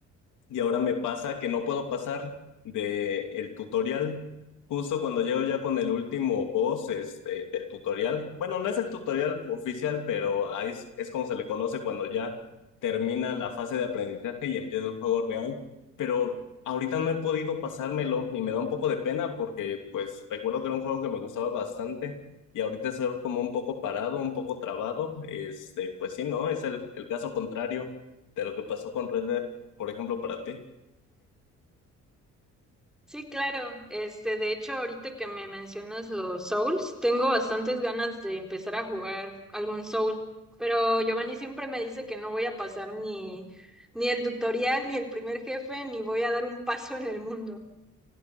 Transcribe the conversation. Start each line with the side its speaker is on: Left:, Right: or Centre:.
Left: y ahora me pasa que no puedo pasar de el tutorial. Justo cuando llego ya con el último boss, este, el tutorial. Bueno, no es el tutorial oficial, pero ahí es, es como se le conoce cuando ya termina la fase de aprendizaje y empieza el juego real. Pero ahorita no he podido pasármelo y me da un poco de pena porque pues recuerdo que era un juego que me gustaba bastante y ahorita es algo como un poco parado, un poco trabado. Este, pues sí, no, es el, el caso contrario de lo que pasó con Red Dead por ejemplo, para ti.
Centre: Sí, claro. Este, de hecho, ahorita que me mencionas los Souls, tengo bastantes ganas de empezar a jugar algún Soul, pero Giovanni siempre me dice que no voy a pasar ni, ni el tutorial, ni el primer jefe, ni voy a dar un paso en el mundo.